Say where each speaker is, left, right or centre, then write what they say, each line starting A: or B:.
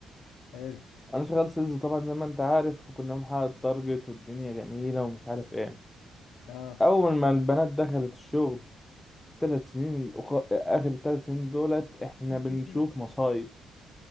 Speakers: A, on the left (about 80°); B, on the left (about 15°).
A: حلو
B: انا شغال سيلز طبعا زي ما انت عارف وكنا بنحقق التارجت والدنيا جميله ومش عارف ايه
A: اه
B: اول ما البنات دخلت الشغل ثلاث سنين الأخ... اخر ثلاث سنين دولت احنا
A: <laughs>
B: بنشوف مصايب